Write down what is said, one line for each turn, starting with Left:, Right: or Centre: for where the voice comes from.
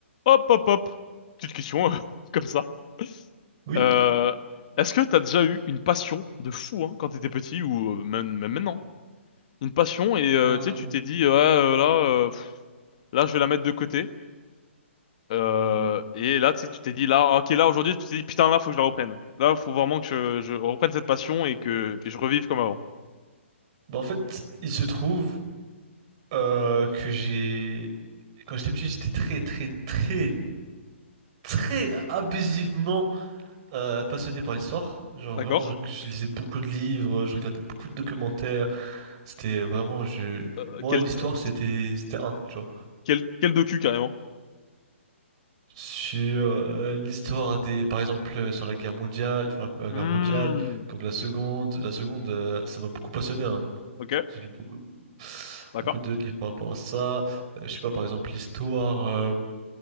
Left: Hop, hop, hop. Petite question, <laughs> comme ça.
Right: Oui.
Left: Euh, est-ce que t'as déjà eu une passion de fou, hein, quand t'étais petit ou euh, même, même maintenant? Une passion et euh,
Right: Un-
Left: tu sais, tu t'es dit, ouais, euh, là, euh, pff, là, je vais la mettre de côté. Euh,
Right: Hmm.
Left: et là, tu sais, tu t'es dit, là, ok, là, aujourd'hui, tu t'es dit, putain, là, faut que je la reprenne. Là, faut vraiment que je, je reprenne cette passion et que et je revive comme avant.
Right: Bah, en fait, il se trouve euh, que j'ai... Quand j'étais petit, j'étais très, très, très, très abusivement euh, passionné par l'histoire. Genre,
Left: D'accord?
Right: vraiment, je, je lisais beaucoup de livres, je regardais beaucoup de documentaires. C'était vraiment... Je...
Left: Euh,
Right: Moi,
Left: quel,
Right: l'histoire,
Left: euh,
Right: c'était c'était un, tu vois.
Left: quel, quel docu, carrément?
Right: Sur euh, l'histoire des... Par exemple, euh, sur la guerre mondiale, enfin, la première
Left: Hmm.
Right: guerre mondiale, comme la seconde. La seconde, euh, ça m'a beaucoup passionné, hein.
Left: Ok,
Right: J'ai lu beaucoup,
Left: d'accord.
Right: beaucoup de livres par rapport à ça. Euh, je sais pas, par exemple, l'histoire euh,